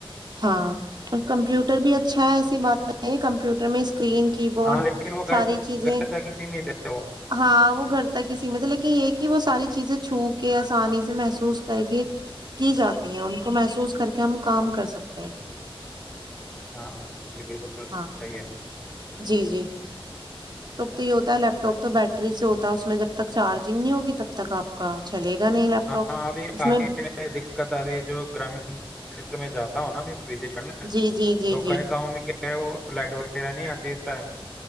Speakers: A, on the right; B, in the centre.
A: ہاں اور کمپیوٹر بھی اچھا ہے ایسی بات نہیں کمپیوٹر میں اسکرین کی بورڈ
B: ہاں لیکن وہ گھر
A: ساری چیزیں
B: گھر تک ہی سیمت ہے وہ
A: ہاں وہ گھر تک سیمت ہے لیکن یہ کہ وہ ساری چیزیں چھو کے آسانی سے محسوس کر کے کی جاتی ہے ان کو محسوس کر کے ہم کام کر سکتے تو
B: ہاں جی بالکل
A: ہاں
B: صحیح ہے
A: جی جی لیپ ٹاپ تو یہ ہوتا ہے لیپ ٹاپ تو بیٹری سے ہوتا ہے اس میں جب تک چارجنگ نہیں ہوگی تب تک آپ کا چلے گا نہیں لیپ
B: ہاں
A: ٹاپ
B: ابھی
A: اس
B: آتی
A: میں
B: ہے دقت آتی ہے جو گرامین کھیتر میں جاتا تو ہونا وزٹ کرنا تو
A: جی جی جی جی
B: کئی گاؤوں میں کیا وہ لائٹ وغیرہ نہیں آتی اس ٹائم